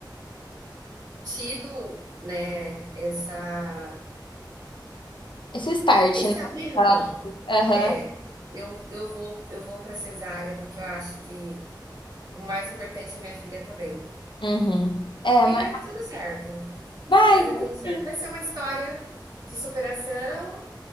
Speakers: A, on the right; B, on the left.
A: tido, né, essa,
B: Esse start,
A: esse
B: né?
A: abrir
B: Ela-
A: mão.
B: Aham.
A: É, eu, eu vou, eu vou para cesárea porque eu acho que o mais importante é minha filha tá bem.
B: Uhum. É,
A: E
B: mas
A: vai dar tudo certo.
B: vai,
A: Vai dar
B: vai
A: tudo certo.
B: sim.
A: Vai ser uma história de superação,